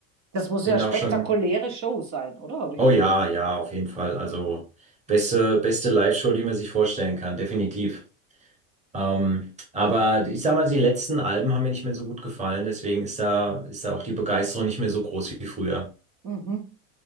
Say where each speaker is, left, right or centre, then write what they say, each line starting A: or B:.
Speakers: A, on the right; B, on the right.
A: Das muss
B: bin
A: ja eine
B: da
A: spektakuläre
B: auch schon.
A: Show sein, oder? Habe ich
B: Oh
A: gehört.
B: ja, ja, auf jeden Fall. Also, beste, beste Live-Show, die man sich vorstellen kann, definitiv. Ähm, aber ich sag mal, die letzten Alben haben mir nicht mehr so gut gefallen, deswegen ist da, ist da auch die Begeisterung nicht mehr so groß wie früher.
A: Mhm.